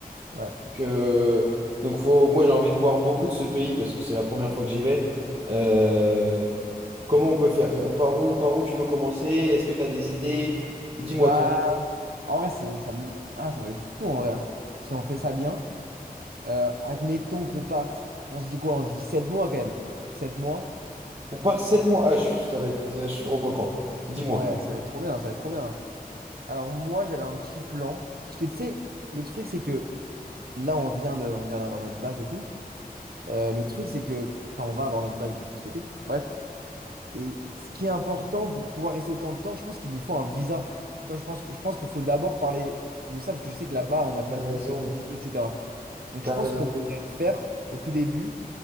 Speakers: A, on the right; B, on the right.
A: Ouais.
B: Donc, euh, donc faut, moi j'ai envie de voir beaucoup de ce pays parce que c'est la première fois que j'y vais. Euh, comment on peut faire? On part où, par où tu veux commencer? Est-ce que tu as des idées? Dis-moi
A: Bah,
B: tout.
A: en vrai, c'est, ça, me- ah, ça va être fou, en vrai. hein. Si on fait ça bien, Euh, admettons qu'on parte, on se dit quoi? On se dit 7 mois, quand même. sept mois?
B: On part sept mois. Ah, je, ça va être, je suis trop content. Dis-moi.
A: Ouais, ça va être trop bien, ça va être trop bien. Alors, moi, j'avais un petit plan. Parce que, tu sais, le truc, c'est que là, on vient de, on vient d'avoir notre bac et tout. Euh, le truc, c'est que, enfin, on va avoir notre bac, du coup, cet été. Bref. Et ce qui est important pour pouvoir rester autant de temps, je pense qu'il nous faut un visa. Tu vois, je pense que, je pense qu'il faut d'abord parler de ça, parce que je sais que là-bas, on m'a toujours
B: T'as raison,
A: dit que c'était compliqué, etc. Donc
B: t'as
A: je pense
B: raison.
A: qu'on devrait faire au tout début,